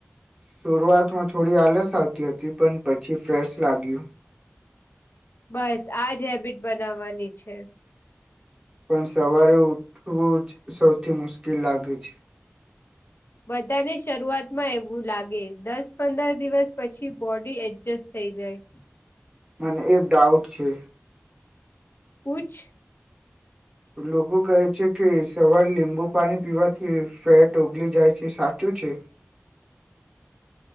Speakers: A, on the right (about 20°); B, on the left (about 55°).
A: શરૂઆતમાં થોડી આલસ આવતી હતી પણ પછી ફ્રેશ લાગ્યું.
B: બસ આજ હેબિટ બનાવવાની છે.
A: પણ સવારે ઉઠવું જ સૌથી મુશ્કેલ લાગે છે.
B: બધાને શરૂઆતમાં એવું લાગે દસ પંદર દિવસ પછી બોડી એડજસ્ટ થઈ જાય.
A: મને એક ડાઉટ છે.
B: પુછ
A: લોકો કહે છે કે સવારે લીંબુ પાણી પીવાથી ફેટ ઓગળ જાય છે સાચું છે.